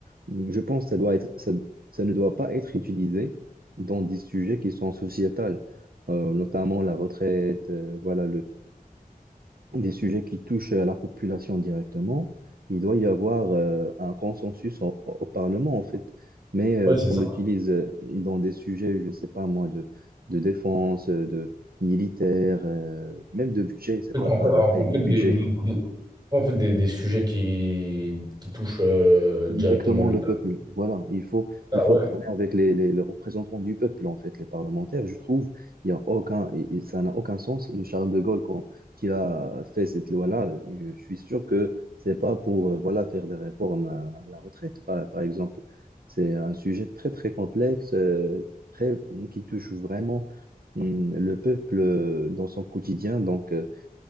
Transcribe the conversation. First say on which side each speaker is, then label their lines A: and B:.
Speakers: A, on the right; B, on the right.
A: Je pense que ça doit être, ça, ça ne doit pas être utilisé dans des sujets qui sont sociétals, euh, notamment la retraite, euh, voilà, le, des sujets qui touchent à la population directement. Il doit y avoir euh, un consensus au, au Parlement, en fait. Mais euh,
B: Ouais,
A: qu'on
B: c'est ça.
A: l'utilise euh, dans des sujets, je ne sais pas moi, de, de défense, euh, de militaire, euh, même de budget, c'est pas
B: En
A: grave,
B: fait,
A: ok,
B: en
A: de
B: fait, des,
A: budget.
B: des- des- en fait, des, des sujets qui, qui touchent euh,
A: Directement
B: directement le
A: le
B: peuple.
A: peuple. Voilà, il faut,
B: Ah
A: il faut
B: ouais,
A: parler avec les, les- les représentants du peuple, en fait, les parlementaires. Je trouve, il y a aucun, il- il- ça n'a aucun sens. Le Charles de Gaulle, quand il a fait cette loi-là, je suis sûr que c'est pas pour, euh, voilà, faire des réformes à la retraite, par, par exemple. C'est un sujet très, très complexe, euh, très, qui touche vraiment, hum, le peuple euh, dans son quotidien. Donc, euh,